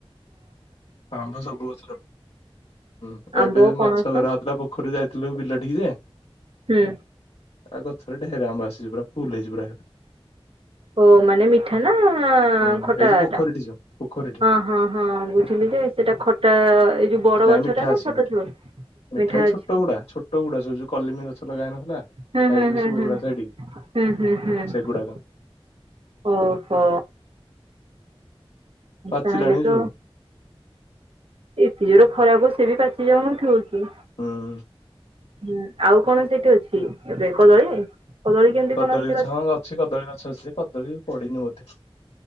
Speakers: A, on the left; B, on the right.
A: ଆମ୍ଵ ସବୁ ଗଛରେ ହୁଁ
B: ଆମ୍ବ
A: ଏବେ
B: ପଣସ
A: ମାଛ ଧରାହଉଥିଲା ପୋଖରୀକି ଯାଇଥିଲୁ ବିଲ ଟିକି ଯେ
B: ହୁଁ
A: ଆ ସାଢେର ଆମ୍ୱ ଆସିଚି ପରା ଫୁଲ ହେଇଯିବ ପରା
B: ଓ ମାନେ ମିଠା ନା
A: ହୁଁ
B: ଖଟା
A: ଏଇ ଯୋଉ ପୋଖରୀଠି
B: ଟା
A: ଯୋଉ ପୋଖରୀଠି
B: ହଁ ହଁ ହଁ ବୁ ଲି ଯେ ସେଟା ଖଟା ଏଇ ଯୋଉ ବଡ
A: ନାଇଁ
B: ଗଛଟା
A: ମିଠା
B: ନା
A: ଅଛି
B: ଛୋଟ
A: ମିଠା
B: ଛୋ ମିଠା
A: ଏଇ
B: ଅଛି
A: ଛୋଟ ଗୁଡା ଛୋଟ ଗୁଡା ସବୁ ଯୋଉ କଲିମି ଗଛ ଲଗା ହେଇନଥିଲା
B: ହୁଁ
A: ସାଇଡରେ
B: ହୁଁ ହୁଁ
A: ସବୁ
B: ହୁଁ
A: ହୁଡା ସାଇଡ
B: ହୁଁ ହୁଁ ହୁଁ।
A: ସେଗୁଡାକ
B: ଓ ହୋ।
A: ପାଚିଲାଣି
B: ତାହେଲେ ତ
A: ସବୁ
B: ଏତେ ଜୋର ଖରା ହବ ସେ ବି ପା ଯଉଁଠୁ <unintelligible>
A: ହୁଁ
B: ହୁଁ ଆଉ କଣ ସେଇଠି ଅଛି ଏବେ କଦଳୀ କଦଳୀ କେମିତି
A: କଦଳୀ
B: କଣ ଅଛି
A: ଗଛ ହଁ ଅଛି କଦଳୀ ଗଛ ଅଛି କଦଳୀ ପଡିନି ବୋଧେ।